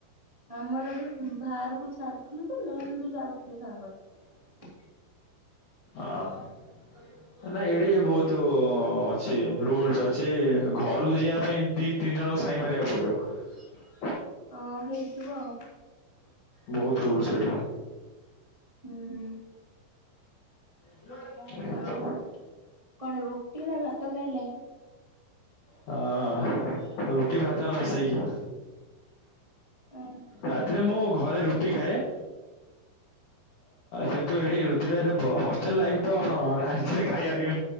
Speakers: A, on the right (about 15°); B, on the left (about 70°).
A: ଆମର ବି ବାହାରକୁ ଛାଡିଥିଲେ ଯେ ମେମ୍ ବି ଯାଉଥିଲେ ସାଙ୍ଗରେ।
B: ଅ ନା ଏଇଡ଼ି ବହୁତ ଅଛି ରୁଲସ ଅଛି। ଘରକୁ ଯିବା ପାଇଁ ଦିପ୍ ତିନି ଜଣଙ୍କୁ ସାଇନ୍ ମାରିବାକୁ ପଡ଼ିବ।
A: ଅ ହେଇଥିବ ଆଉ।
B: ବହୁତ ରୁଲ୍ ସେଇଠି।
A: ହୁଁ
B: <inaudible>
A: ଆଉ କଣ ରୁଟି ନା ଭାତ ଖାଇଲେ?
B: ହଁ, ରୁଟି ଭାତ ମିଶେଇକି।
A: ଓହୋ
B: ରାତିରେ ମୁଁ ଘରେ ରୁଟି ଖାଏ। ଅ-ଅ କିନ୍ତୁ, ଏଠି ରୁଟିରେ ହଷ୍ଟେଲ ଲାଇଫ୍ ତ ହଁ <unintelligible> ଖାଇବା